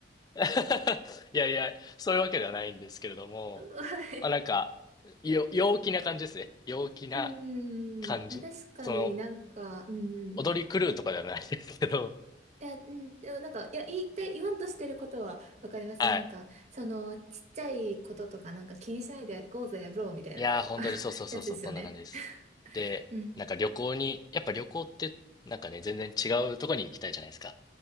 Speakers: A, on the left; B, on the right.
A: <laughs> いやいや、そういうわけではないんですけれども、
B: はい。
A: まあなんか、よ、陽気な感じですね。陽気な
B: うーん、
A: 感じ。
B: あ、確かになんか、
A: その、
B: うん。
A: 踊り狂うとかではないんですけど、
B: いや、うん、でもなんか、いや、言いたい、言わんとしてることはわかります。
A: はい。
B: なんか、その、ちっちゃいこととかなんか気にしないで行こうぜ、ブローみたいな
A: いやー、本当にそうそうそうそう、
B: <laughs> やつですよね。
A: そんな感じです。で、
B: <laughs> うん。
A: なんか旅行に、やっぱ旅行って、なんかね、全然違うとこに行きたいじゃないですか。